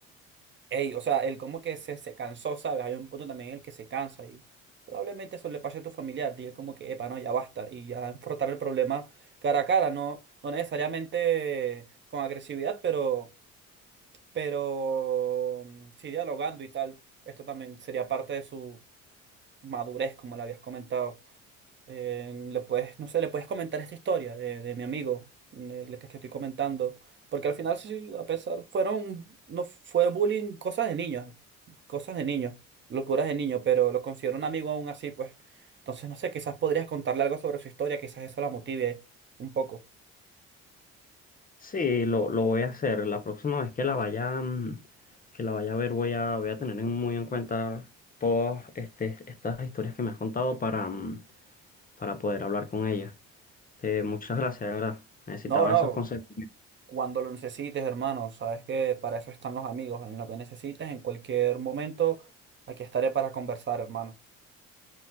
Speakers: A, on the right (about 40°); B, on the left (about 30°).
A: hey, o sea, él como que se, se cansó, ¿sabes? Hay un punto también en el que se cansa y probablemente eso le pase a tu familiar. Dile como que, epa, no, ya basta. Y ya enfrentar el problema cara a cara, no, no necesariamente con agresividad, pero, pero mm, sí dialogando y tal. Esto también sería parte de su madurez, como le habías comentado. Eh, le puedes, no sé, le puedes comentar esta historia de, de mi amigo, de- la que te estoy comentando, porque al final sí, a pesar, fueron, no fue bullying, cosas de niños, cosas de niños, locuras de niños, pero lo considero un amigo aún así, pues. Entonces, no sé, quizás podrías contarle algo sobre su historia, quizás eso la motive un poco.
B: Sí, lo, lo voy a hacer. La próxima vez que la vaya, mm, que la vaya a ver, voy a, voy a tener en- muy en cuenta todas este, estas historias que me has contado para, mm, para poder hablar con ella. Te, muchas gracias, de verdad. Necesitaba
A: No, no,
B: esos consejos.
A: cuando lo necesites, hermano, sabes que para eso están los amigos, en lo que necesites, en cualquier momento, aquí estaré para conversar, hermano.